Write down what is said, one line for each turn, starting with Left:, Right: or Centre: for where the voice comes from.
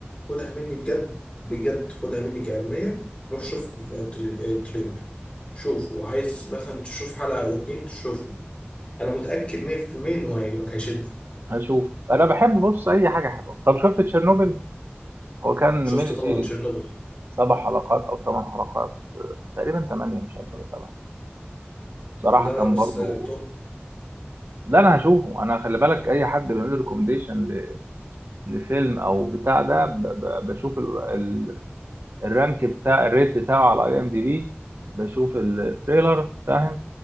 Left: خدها مني بجد بجد خدها مني كعلمية روح شوف التر- التريلر شوف وعايز مثلا تشوف حلقة أو اتنين تشوفهم أنا متأكد 100% إن هو هيعجبك هيشدك
Right: هشوف أنا بحب بص أي حاجة حلوة طب شفت تشيرنوبل هو كان
Left: شفت
Right: ميني
Left: طبعا
Right: سيريز
Left: تشيرنوبل
Right: سبع حلقات أو ثمان حلقات آه، تقريبا ثمانية مش عارف ولا سبعة بصراحة
Left: لا
Right: كان
Left: لا بس
Right: برضو
Left: آه، توب
Right: لا أنا هشوفه أنا خلي بالك أي حد بيعمل ريكومديشن لفيلم أو بتاع ده ب- ب- بشوف ال... ال... الرانك بتاع الريت بتاعه على أي إم دي بي بشوف التريلر فاهم